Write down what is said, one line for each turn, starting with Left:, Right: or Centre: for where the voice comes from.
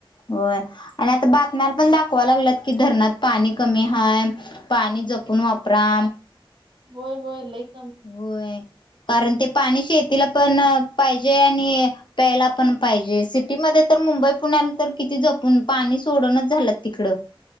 Left: होय आणि आता बातम्याला पण दाखवा लागलत की धरणात पाणी कमी हय. पाणी जपून वापरा.
Right: होय होय लईक
Left: होय कारण ते पाणी शेतीला पण पाहिजे आणि प्यायला पण पाहिजे सिटीमध्ये तर मुंबई पुण्याला तर किती जपून पाणी सोडणच झालं तिकडं.